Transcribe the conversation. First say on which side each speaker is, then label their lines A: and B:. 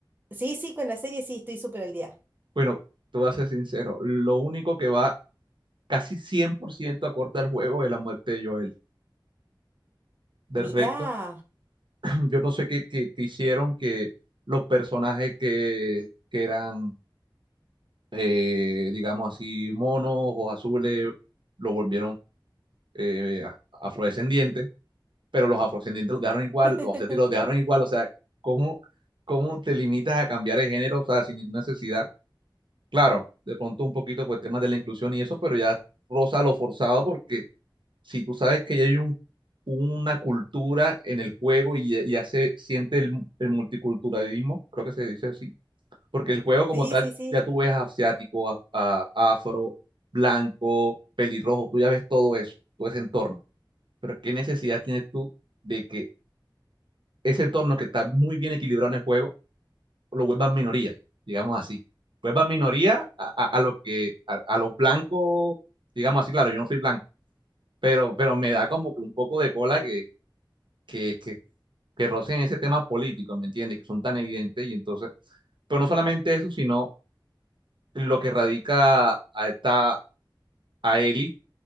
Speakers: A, on the right (about 25°); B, on the right (about 75°).
A: Sí, sí, con la serie sí estoy súper al día.
B: Bueno, te voy a ser sincero, lo único que va casi 100% acorde al juego es la muerte de Joel. Del
A: Mirá.
B: resto, <clears throat> yo no sé qué, qué- qué hicieron que los personajes que, que eran eh, digamos así, monos, ojos azules, lo volvieron eh, a- afrodescendientes, pero los afrodescendientes los dejaron igual,
A: <laughs>
B: los asiáticos los dejaron igual, o sea, ¿cómo, cómo te limitas a cambiar de género, o sea, sin ninguna necesidad? Claro, de pronto un poquito pues temas de la inclusión y eso, pero ya roza lo forzado porque si tú sabes que ya hay un, una cultura en el juego y ya, ya se siente el, el multiculturalismo, creo que se dice así porque el juego como
A: Sí,
B: tal
A: sí, sí.
B: ya tú ves asiático, a- a- afro, blanco, pelirrojo, tú ya ves todo eso, todo ese entorno. Pero ¿qué necesidad tienes tú de que ese entorno que está muy bien equilibrado en el juego lo vuelvan minoría, digamos así? Vuelvan minoría a, a, a lo que, a, a lo blanco, digamos así, claro, yo no soy blanco, pero, pero me da como que un poco de cola que, que, que, que rocen ese tema político, ¿me entiendes? Que son tan evidentes y entonces... Pero no solamente eso, sino lo que radica a esta, a Ellie,